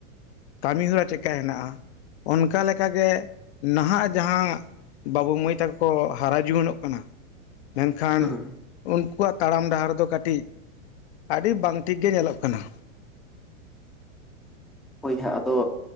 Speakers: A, on the left; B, in the centre.
A: ᱠᱟᱹᱢᱤᱦᱚᱨᱟ ᱪᱮᱫᱠᱟ ᱦᱮᱱᱟᱜᱼᱟ ᱚᱱᱠᱟ ᱞᱮᱠᱟᱜᱮ ᱱᱟᱦᱟᱜ ᱡᱟᱦᱟᱸ ᱵᱟᱹᱵᱩ ᱢᱟᱹᱭ ᱛᱟᱠᱚ ᱠᱚ ᱦᱟᱨᱟ ᱡᱩᱣᱟᱹᱱᱚᱜ ᱠᱟᱱᱟ ᱢᱮᱱᱠᱷᱟᱱ
B: ᱦᱩᱸ
A: ᱩᱱᱠᱩᱣᱟᱜ ᱛᱟᱲᱟᱢ ᱰᱟᱦᱟᱨ ᱫᱚ ᱠᱟᱹᱴᱤᱡ ᱟᱹᱰᱤ ᱵᱟᱝ ᱴᱷᱤᱠ ᱜᱮ ᱧᱮᱞᱚᱜ ᱠᱟᱱᱟ
B: <inaudible> ᱦᱳᱭ ᱦᱟᱸᱜ ᱟᱫᱚ